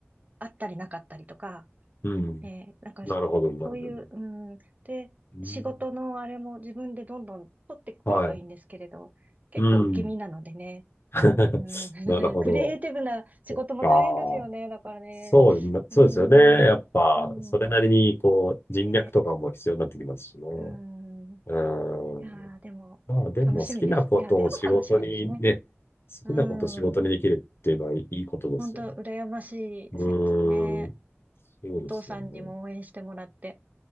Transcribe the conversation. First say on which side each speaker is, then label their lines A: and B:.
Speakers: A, on the right; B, on the left.
A: あったりなかったりとか、
B: うん。うん。
A: ねえ、なんか、
B: なるほど、
A: そ
B: なるほど。
A: ういう、うん、で、
B: うん。
A: 仕事のあれも自分でどんどん取ってくればいいんですけれど、
B: はい。
A: 結構受け身なのでね、
B: うん。<laughs>
A: うん <laughs>
B: なるほど。
A: クリエイティブな仕事も大変ですよね。
B: そっか。
A: だからね。
B: そうな、そうですよね。
A: うーん。
B: やっぱ、
A: うん。
B: それなりに、こう、人脈とかも必要になってきますしね。
A: ね。うん。い
B: うん。
A: やー、でも、
B: まあ、でも、
A: 楽しみです。
B: 好きなことを仕事にね、
A: いや、でも楽しみですね。
B: 好きなことを仕事にできるっていうのはいいことですよね。
A: うん。本当羨ましい。
B: うん。
A: せ、ね。
B: そうですよね。
A: お父さんにも応援してもらって。